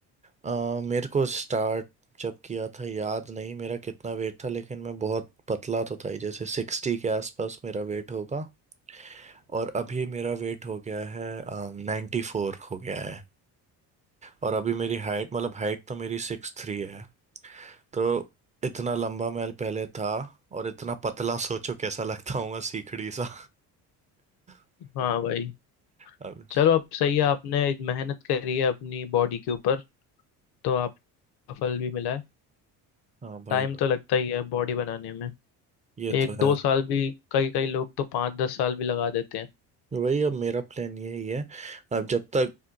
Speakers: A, on the right; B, on the left.
A: अ, मेरे को स्टार्ट जब किया था याद नहीं मेरा कितना वेट था लेकिन मैं बहुत पतला तो था ही जैसे सिक्सटी के आसपास मेरा वेट होगा और अभी मेरा वेट हो गया है नाइन्टी फोर हो गया है और अभी मेरी हाइट मतलब हाइट तो मेरी सिक्स थ्री है तो इतना लंबा मैं पहले था और इतना पतला सोचो कैसा लगता हूँ सीखड़ी सा <laughs>
B: हाँ भाई
A: अब
B: चलो अब सही है आपने मेहनत करी है अपनी बॉडी के ऊपर तो आपका फल भी मिला है
A: हाँ भाई
B: टाइम
A: भाई
B: तो लगता ही है बॉडी बनाने में
A: ये तो
B: एक दो
A: है
B: साल भी कई कई लोग तो पाँच दस साल भी लगा देते हैं
A: वही अब मेरा प्लान यही है अब जब तक